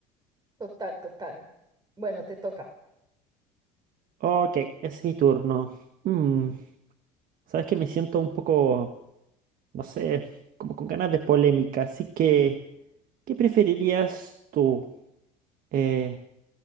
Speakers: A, on the right; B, on the right.
A: Total, total. Bueno, te toca.
B: Ok, es mi turno. Mm, sabes que me siento un poco, no sé, como con ganas de polémica, así que, ¿qué preferirías tú? Eh,